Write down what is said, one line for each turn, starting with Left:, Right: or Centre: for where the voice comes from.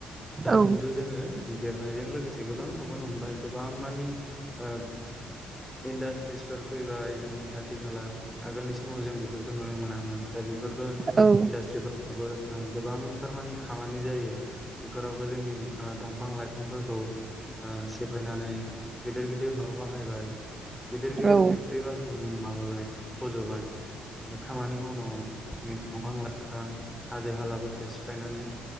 Centre: दा
Right: औ
Centre: खिन्थु जोङो देरनायजों लोगोसे गोबां नुबोनो मोनबाय गोबां मानि ओ इन्डास्ट्रिसफोर फैबाय जोंनि खाथि खाला आगोलनि समाव जों बेफोरखौ नुनो मोनामोन दा बे फोरबो बो
Right: औ औ
Centre: इन्डास्ट्रिफोराब गोबांथार मानि खामानि जायो बेफोरावबो जोंनिनि ओ दंफां लाइफांफोरखौ ओ सेफायनानै गिदिर गिदिर न'आव बाहायबाय गिदिर
Right: नंगौ
Centre: गिदिर फेक्ट्रि ओम माबाबाय फज'बाय आरो खामानि मावनो हम नि दंफां लाइफां हाजो हालाफोरखौ सिफायनानै